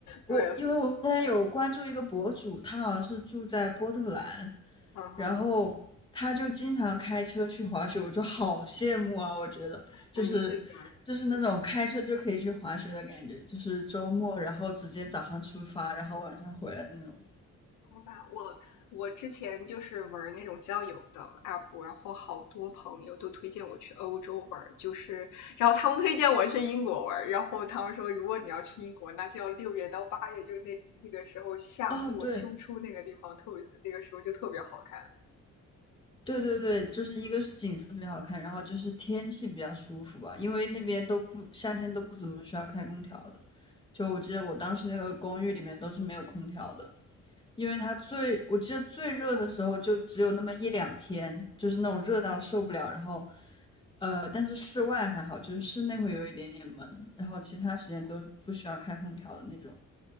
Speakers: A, on the left; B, on the left.
A: 我因为我之前有关注一个博主，
B: 对，
A: 他好像是住在波特兰，
B: 嗯哼，
A: 然后他就经常开车去滑雪，我就好羡慕啊！我觉得就是就是那种开车就可以去滑雪的感觉，
B: 哎，是的，
A: 就是周末然后直接早上出发，然后晚上回来那种。
B: 好吧，我我之前就是玩那种交友的 app，然后好多朋友都推荐我去欧洲玩，就是然后他们推荐我去英国玩，然后他们说如果你要去英国，那就要六月到八月，就是那那个时候夏末秋初那个地方特别，
A: 哦，对，
B: 那个时候就特别好看。
A: 对对对，就是一个是景色比较好看，然后就是天气比较舒服吧，因为那边都不夏天都不怎么需要开空调的。就我记得我当时那个公寓里面都是没有空调的，因为它最我记得最热的时候就只有那么一两天，就是那种热到受不了。然后呃，但是室外还好，就是室内会有一点点闷，然后其他时间都不需要开空调的那种。